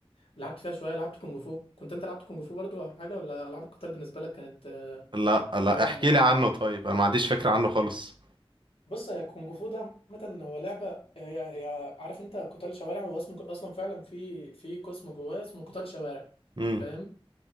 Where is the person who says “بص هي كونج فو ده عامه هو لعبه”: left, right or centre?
Left